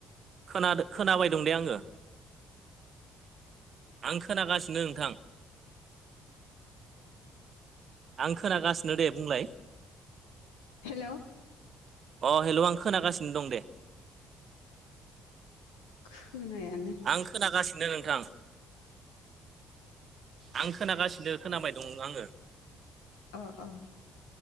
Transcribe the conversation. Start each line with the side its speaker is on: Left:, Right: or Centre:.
Right: खोनादों खोनाबाय दं दे आङो आं खोनागासिनो नोंथां आं खोनागासिनो दे बुंलाय
Left: हेलोव
Right: अ हेल' आं खोनागासिनो दं दे
Left: खोनायानो
Right: आं खोनागासिनो नोंथां आं खोनागासिनो खोनाबाय दं आङो
Left: ओ ओ